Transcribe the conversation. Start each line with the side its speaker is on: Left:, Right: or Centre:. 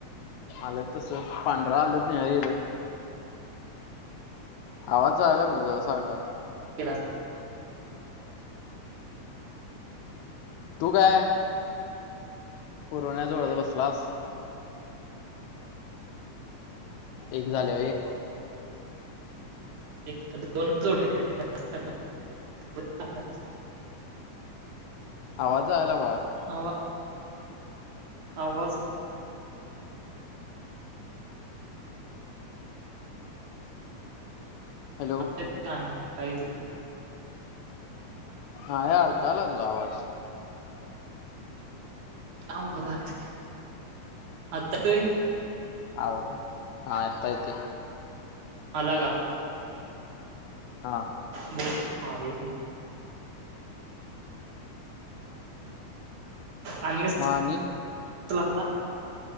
Left: आलेत तस पांढरा आलत नि गेल आवाज जायला म तुझ्यासारखा
Right: केला
Left: तू काय? पुरवण्या जूळवत बसलास. एक झाले एकऽ
Right: एक दोन जोड्या हायत्याऽ ह
Left: आवाज आयला बाळऽ
Right: आवा, आवाज.
Left: हॅलो
Right: आता काय? काही तर नाही.
Left: हा, या अडकालच तूझा आवाज.
Right: अवघड झालेय,, आता तेऽ
Left: आवाज,, हां,, आता ऐकतोय.
Right: आला का?
Left: हां,
Right: बोल,, आहे. आणि क
Left: मग आणि